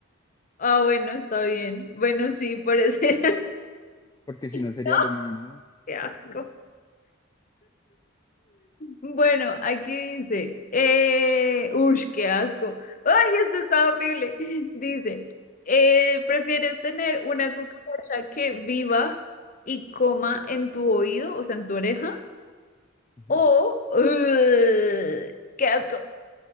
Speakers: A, on the left; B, on the left.
A: Ah, bueno, está bien. Bueno, sí, por ese.
B: porque si no
A: <laughs>
B: sería lo mismo.
A: Qué asco. Bueno, aquí dice, eh, uy, qué asco. Ay, esto está horrible. Dice, eh, ¿prefieres tener una cucaracha que viva y coma en tu oído, o sea, en tu oreja?
B: Ujú.
A: O, ugh, qué asco.